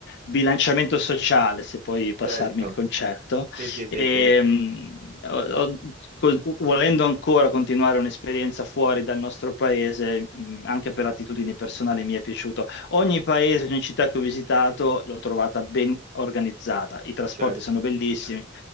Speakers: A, on the left; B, on the right.
A: bilanciamento sociale, se puoi passarmi
B: Certo,
A: il concetto.
B: sì, sì, sì,
A: E,
B: sì,
A: mh, ho- ho- col- volendo ancora continuare un'esperienza fuori dal nostro paese, mh, anche per attitudini personali mi è piaciuto. Ogni paese, ogni città che ho visitato l'ho trovata ben organizzata. I trasporti
B: certo.
A: sono bellissimi,